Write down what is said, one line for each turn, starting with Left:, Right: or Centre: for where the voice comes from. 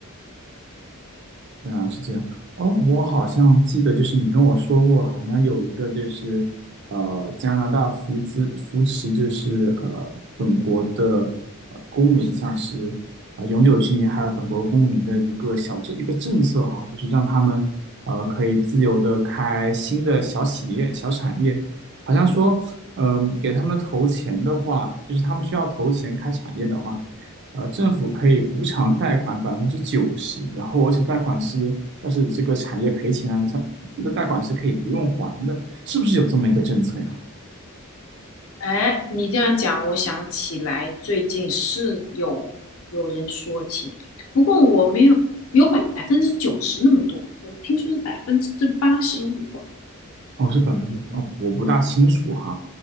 Right: 嗯，是这样。哦，我好像记得，就是你跟我说过，好像有一个就是，呃，加拿大扶资扶持，就是呃，本国的呃公民，像是呃永久居民还有本国公民的一个小政一个政策哈，就是让他们呃可以自由的开新的小企业、小产业，好像说，嗯、给他们投钱的话，就是他们需要投钱开产业的话。呃，政府可以无偿贷款百分之九十，然后而且贷款是，要是这个产业赔钱了，它这个贷款是可以不用还的，是不是有这么一个政策呀？
Left: 哎，你这样讲，我想起来最近是有有人说起，不过我没有有百分之九十那么多，我听说是百分之八十五，
Right: 哦，是百分之，哦，我不大清楚哈，